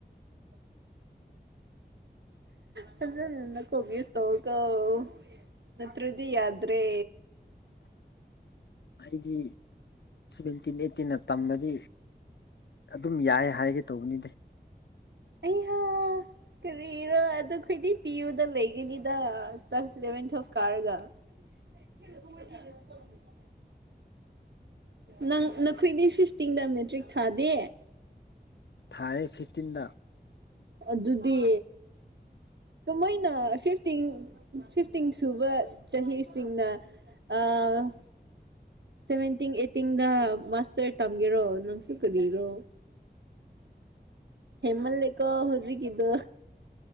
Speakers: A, on the right; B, on the left.
A: ꯐꯖꯅ ꯅꯀꯣꯛ ꯌꯨꯁ ꯇꯧꯀꫭ ꯅꯠꯇ꯭ꯔꯗꯤ ꯌꯥꯗ꯭ꯔꯦ
B: ꯑꯩꯗꯤ ꯁꯚꯦꯟꯇꯤꯟ ꯑꯩꯠꯇꯤꯟꯅ ꯇꯝꯕꯗꯤ ꯑꯗꯨꯝ ꯌꯥꯏ ꯍꯥꯏꯒꯦ ꯇꯧꯕꯅꯤꯗ
A: ꯑꯩꯍ ꯀꯔꯤꯔꯥ ꯑꯗꯨꯈꯣꯏꯗꯤ ꯄꯤ ꯌꯨꯗ ꯂꯩꯒꯅꯤꯗ ꯀ꯭ꯂꯥꯁ ꯏꯂꯚꯦꯟ ꯇꯨꯋꯐ ꯀꯥꯔꯒ <unintelligible> ꯅꯪ ꯅꯈꯣꯏꯗꯤ ꯐꯤꯐꯇꯤꯟꯗ ꯃꯦꯇ꯭ꯔꯤꯛ ꯊꯥꯗꯦ
B: ꯊꯥꯏꯌꯦ ꯐꯤꯞꯇꯤꯟꯗ
A: ꯑꯗꯨꯗꯤ ꯀꯃꯥꯏꯅ ꯐꯤꯐꯇꯤꯟ ꯐꯤꯐꯇꯤꯟ ꯁꯨꯕ ꯆꯍꯤꯁꯤꯡꯅ ꯑꯥ ꯁꯚꯦꯟꯇꯤꯡ ꯑꯩꯠꯇꯤꯡꯗ ꯃꯥꯁꯇꯔ ꯇꯝꯒꯦꯔꯣ ꯅꯪꯁꯨ ꯀꯔꯤꯔꯣ ꯍꯦꯃꯜꯂꯦꯀꯣ ꯍꯨꯖꯤꯛꯀꯤꯗꫭ